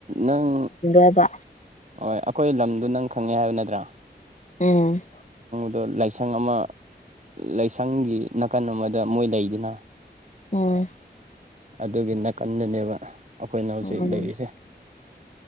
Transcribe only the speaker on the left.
ꯍꯥꯏꯕ
ꯎꯝ
ꯎꯝ
ꯎꯝ